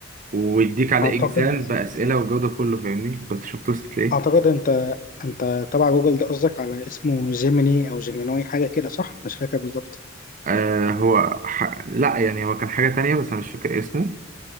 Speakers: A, on the right (about 40°); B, on the left (about 45°).
A: ويديك عليه
B: أعتقد
A: اكزام باسئله والجو ده كله فاهمني كنت شفت وصلت لايه
B: أعتقد أنت أنت تبع جوجل ده قصدك على اسمه جيميني أو جيمينوي حاجة كده صح مش فاكر بالظبط
A: آه هو ح... لا يعني هو كان حاجه تانية بس انا مش فاكر اسمه